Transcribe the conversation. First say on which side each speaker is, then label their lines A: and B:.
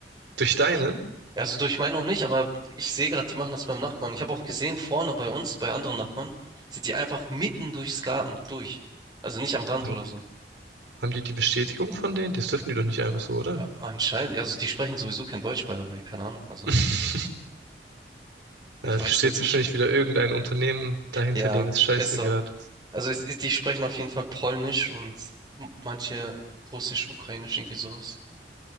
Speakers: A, on the right; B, on the right.
A: Durch deinen?
B: Ich, also durch meinen auch nicht, aber ich sehe gerade, die machen das beim Nachbarn. Ich habe auch gesehen, vorne bei uns, bei anderen Nachbarn, sind die einfach mitten durchs Garten durch. Also nicht am Rand
A: Haben,
B: oder so.
A: haben die die Bestätigung von denen? Das dürfen die doch nicht einfach so, oder?
B: Ja, anscheinend, also die sprechen sowieso kein Deutsch, by the way, keine Ahnung. Also
A: <laughs>
B: ich
A: Ja, es
B: weiß
A: steht
B: jetzt
A: wahrscheinlich
B: nicht.
A: wieder irgendein Unternehmen dahinter,
B: Ja,
A: denen es scheißegal
B: ist so.
A: ist.
B: Also es, die sprechen auf jeden Fall Polnisch und manche Russisch, Ukrainisch, irgendwie sowas.